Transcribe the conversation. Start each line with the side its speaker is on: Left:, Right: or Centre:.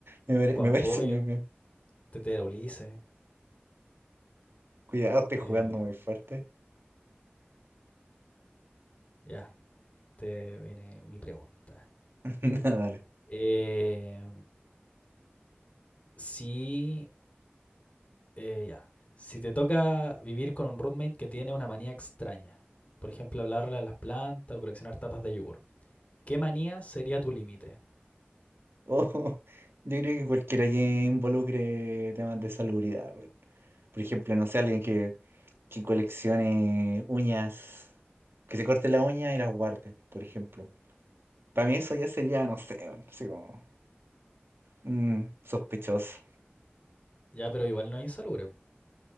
Right: Me, pare-
Left: Juan
Right: me parece
Left: Pollo,
Right: muy bien.
Left: Tetera Ulises.
Right: Cuidado, estoy jugando
Left: eh,
Right: muy fuerte.
Left: ya, te viene mi pregunta.
Right: <laughs> Dale.
Left: Eh, si, eh, ya, si te toca vivir con un roommate que tiene una manía extraña, por ejemplo, hablarle a las plantas o coleccionar tapas de yogur, ¿qué manía sería tu límite?
Right: Oh, <laughs> yo creo que cualquiera que involucre temas de salubridad, weón. Por ejemplo, no sé, alguien que, que coleccione uñas, que se corte la uña y las guarde, por ejemplo. Para mí eso ya sería, no sé, weón, así como mm, sospechoso.
Left: Ya, pero igual no es insalubre.